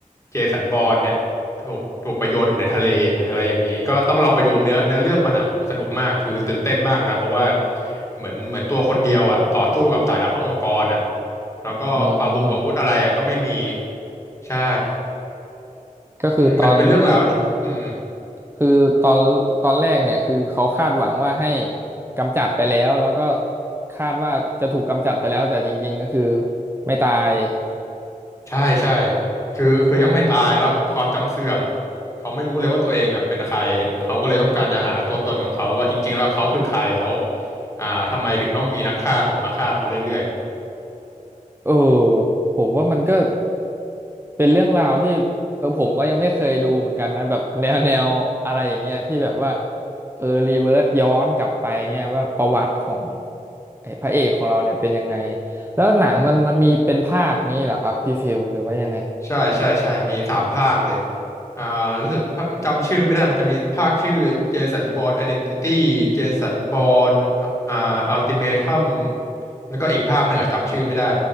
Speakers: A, on the left; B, on the right.
A: เจสันบอร์นเนี่ยถูกถูกไปโยนอยู่ในทะเลอะไรอย่างนี้ก็ต้องลองไปดูเนื้อเนื้อเรื่องมันอ่ะโหสนุกมากคือตื่นเต้นมากนะเพราะว่าเหมือนเหมือนตัวคนเดียวอ่ะต่อสู้กับสายลับทั้งองค์กรอ่ะแล้วก็อาวงอาวุธอะไรอ่ะก็ไม่มี
B: อืม
A: ใช่
B: ก็คือตอน
A: อืมเป็นเป็นเรื่องราวที่อืม
B: คือตอนตอนแรกเนี่ยคือเขาคาดหวังว่าให้กำจัดไปแล้วแล้วก็คาดว่าจะถูกกำจัดไปแล้วแต่จริงๆก็คือไม่ตาย
A: ใช่ใช่คือคือยังไม่ตายแล้วความจำเสื่อม
B: อ๋อ
A: เขาไม่รู้เลยว่าตัวเองอ่ะเป็นใครเขาก็เลยต้องการจะหาตัวตนของเขาว่าจริงๆแล้วเขาคือใครแล้วอ่าทำไมถึงต้องมีนักฆ่าตรงมาฆ่าเขาเรื่อย
B: เออผมว่ามันก็เป็นเรื่องราวที่เออผมก็ยังไม่เคยดูเหมือนกันนะแบบแนวแนวอะไรอย่างเงี้ยที่แบบว่าเออรีเวิร์สย้อนกลับไปเนี่ยว่าประวัติของไอ้พระเอกของเราเนี่ยเป็นยังไงแล้วหนังมันมันมีเป็นภาคนี้เหรอครับพี่ฟิลหรือว่ายังไง
A: ๆใช่ใช่ใช่มีสามภาคเลยอ่ารู้สึกภาจำชื่อไม่ได้มันจะมีภาคชื่อเจสันบอร์นไอเดนติตี้เจสันบอร์นอ่าอัลติเมทัม แล้วก็อีกภาคหนึ่งอะจำชื่อไม่ได้